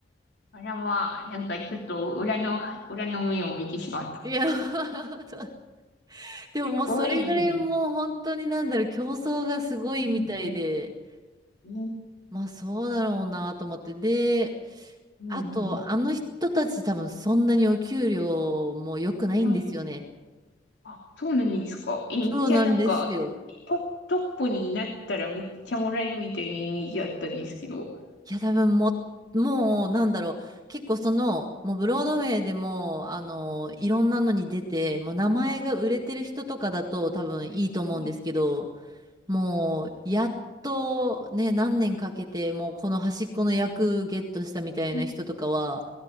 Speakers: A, on the left (about 70°); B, on the right (about 20°).
A: あらまあ、なんかちょっと裏の裏の目を見てしまった。
B: いや、<laughs> そうでももうそれぐらいもう本当になんだろう、
A: え、怖いで
B: 競争がすごいみたいで、
A: すね。うん。え、
B: まあそうだろうなと思って。
A: あ、
B: で、
A: うんうん。
B: あとあの人たち多分そんなにお給料も良くないんですよね。
A: はい。あ、そうなんですか。え、
B: そうなんですよ。
A: めっちゃなんか、え、ト、トップになったらめっちゃもらえるみたいなイメージあったんですけど。
B: いや、多分も、もう、なんだろう。結構その、もうブロードウェイでも、あの、いろんなのに出て、もう名前が売れてる人とかだと多分いいと思うんですけど、
A: はい、はい、
B: もう、やっとね、何年かけて、もうこの端っこの役ゲットしたみたいな人とかは、
A: うん、